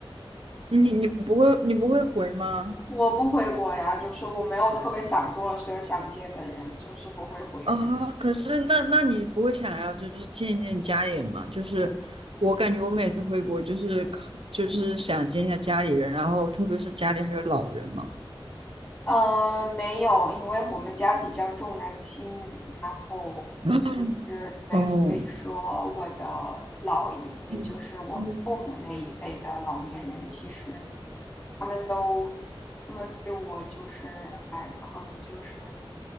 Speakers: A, on the right; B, on the left.
A: 你你不会你不会回吗？
B: 我不回国呀，就是我没有特别想做的事、想见的人，就是不会回国。
A: 啊，可是那那你不会想要就是见见家里人吗？就是我感觉我每次回国就是就是想见一下家里人，然后特别是家里还有老人嘛。
B: 呃，没有，因为我们家比较重男轻女，然后就是对，
A: <laughs> 哦，
B: 所以说我的老一辈，
A: 嗯嗯
B: 就是我父母那一辈的老年人，其实他们都，他们对我就是，哎，可能就是，